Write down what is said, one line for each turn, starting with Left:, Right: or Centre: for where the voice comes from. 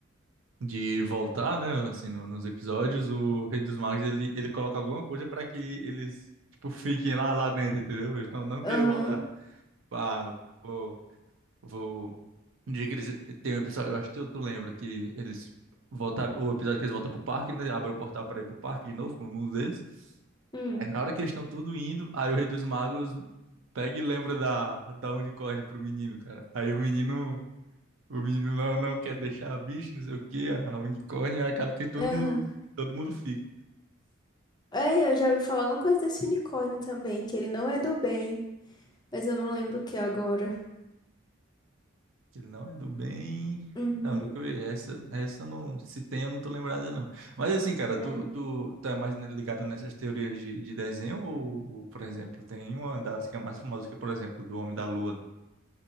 Right: de voltar, né, assim, no- nos episódios, o Rei dos Magos, ele, ele coloca alguma coisa para que eles, tipo, fiquem lá, lá dentro, entendeu? Eles não, não queiram
Left: Aham.
Right: voltar. Tipo, ah, vou, vou... Um dia que eles... Tem um episódio, eu acho que tu, tu lembra, que eles voltaram... O episódio que eles voltam pro parque, né, abre o portal para ir pro parque de novo, pro mundo deles.
Left: Hum.
Right: Aí na hora que eles estão tudo indo, aí o Rei dos Magos pega e lembra da, da unicórnio pro menino, cara. Aí o menino, o menino não, não quer deixar a bicho, não sei o quê, a, a unicórnio, aí acaba que todo
Left: Aham.
Right: mundo, todo mundo fica.
Left: É, eu já ouvi falar alguma coisa desse unicórnio também, que ele não é do bem, mas eu não lembro o que é agora.
Right: Ele não é do bem.
Left: Uhum.
Right: Não, nunca vi. Essa, essa eu não. Se tem, eu não tô lembrada, não. Mas assim, cara, tu,
Left: É.
Right: tu, tu é mais né, ligado nessas teorias de, de desenho, ou, ou, por exemplo, tem uma das que é mais famosa, que, é, por exemplo, do Homem da Lua, né?